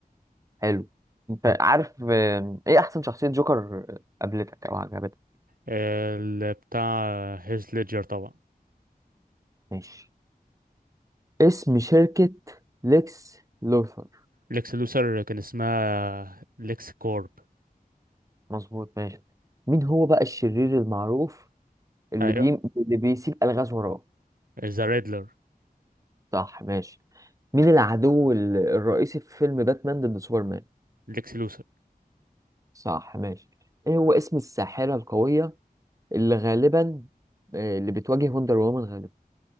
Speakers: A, on the right; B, on the right.
A: حلو انت عارف آم، ايه احسن شخصية جوكر قابلتك او عجبتك
B: آه، ال- بتاع هيث ليدجر طبعا
A: ماشي اسم شركة ليكس لوثر
B: ليكس لوثر كان اسمها ليكس كورب
A: مظبوط ماشي مين هو بقى الشرير المعروف اللي
B: ايوه
A: بي... اللي بيسيب الغاز وراه
B: ذا ريدلر
A: صح ماشي مين العدو ال- الرئيسي في فيلم باتمان ضد سوبرمان
B: ليكس لوثر
A: صح ماشي ايه هو اسم الساحرة القوية اللي غالبا آه، اللي بتواجه وندر وومن غالبا